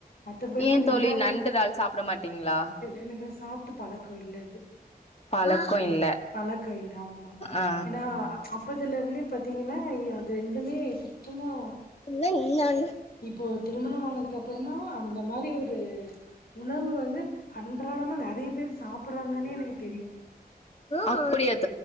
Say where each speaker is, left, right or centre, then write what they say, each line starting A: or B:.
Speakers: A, on the left (about 75°); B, on the left (about 40°).
A: மத்தபடி
B: ஏன்
A: இந்த
B: தோழி
A: இறால்லல்லா
B: நண்டு இறால் சாப்ட மாட்டீங்களா
A: எனக்கு சாப்ட்டு பழக்கொ இல்ல இது
B: பழக்கோ இல்ல
A: பழக்கயில்ல ஆமா
B: ஆ
A: ஏனா அப்பதுலருந்து பாத்தீங்கனா இத ரெண்டுமே சுத்தமா
B: இல்ல இல்லால்ல
A: இப்போ திருமண ஆனதுக் அப்பற தா அந்த மாரி ஒரு உணவு வந்து அன்றாடமா நெறைய பேரு சாப்ட்றாங்கனே எனக்கு தெரியு
B: அப்புடி அத்